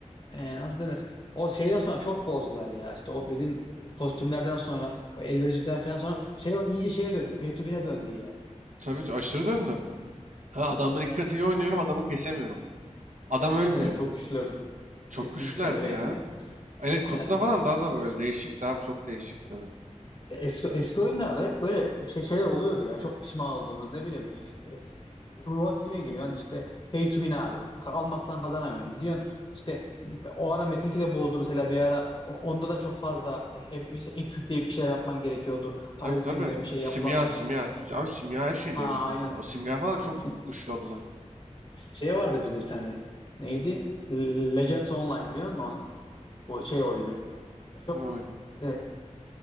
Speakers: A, on the left; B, on the right.
A: Ee, nasıl denir? O şeyden sonra çok bozdular ya. İşte o dediğin kostümlerden sonra o elvericiden falan sonra şey o iyice şeye döndü. Pay to win'e döndü yani.
B: Tabii aşırı döndü. Ha adamdan iki katı iyi oynuyorum adamı kesemiyorum. Adam ölmüyor.
A: Evet evet çok güçlüydü.
B: Çok
A: Kesinlikle
B: güçlülerdi
A: öyleydi
B: ya.
A: ya.
B: Hele kurtta
A: Ya
B: falan daha da böyle değişikti abi çok değişikti oyun.
A: eski, eski oyunlarda hep böyle şey, şeyler oluyordu ya. Çok pişman olduğumuz ne bileyim. e, Wolfteam'e giriyorsun işte pay to win abi. Almazsan kazanamıyorsun. Gidiyorsun işte o ara Metin 2 de bozdu mesela bir ara O- onda da çok fazla hep, işte app yükleyip bir şeyler yapman gerekiyordu. Para
B: Tabii
A: yüklemeden
B: tabii.
A: bir şey
B: Simya
A: yapılamıyordu.
B: simya. Si- Abi simya her şey
A: Ha
B: değişti mesela.
A: aynen.
B: O simya falan çok
A: Sim-
B: güçlü oldular.
A: Şey vardı bizde bir tane. Neydi? Legends Online biliyor musun onu? Bu şey oyunu. Çok
B: Ne oyunu?
A: e,